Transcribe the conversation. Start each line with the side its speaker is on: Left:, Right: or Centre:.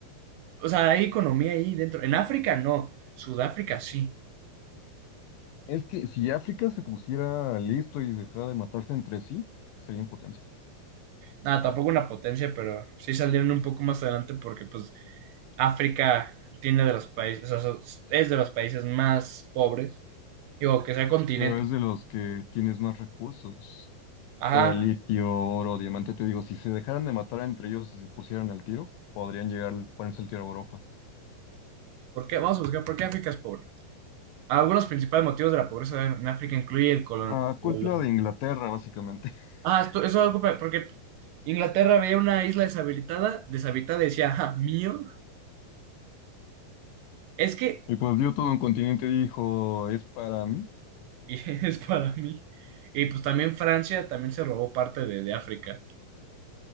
Right: o sea, hay economía ahí dentro. En África no, Sudáfrica sí.
Left: Es que si África se pusiera listo y dejara de matarse entre sí, sería en potencia.
Right: Nada, tampoco una potencia, pero sí salieron un poco más adelante porque pues África tiene de los países, o sea, so- es de los países más pobres, digo, que sea continente.
Left: Pero es de los que tienes más recursos.
Right: Ajá,
Left: Todo el litio, oro, diamante, te digo, si se dejaran de matar entre ellos y se pusieran al tiro, podrían llegar a ponerse el tiro a Europa.
Right: ¿por qué? Vamos a buscar, ¿por qué África es pobre? Algunos principales motivos de la pobreza en África incluye el colon...
Left: Ah, culpa
Right: colon-
Left: de Inglaterra, básicamente. <laughs>
Right: Ah, esto, eso es algo pe- porque Inglaterra veía una isla deshabitada, deshabitada y decía, ah, mío, es que
Left: Y pues vio todo un continente y dijo, es para mí.
Right: <laughs> y es para mí. Y pues también Francia también se robó parte de, de África.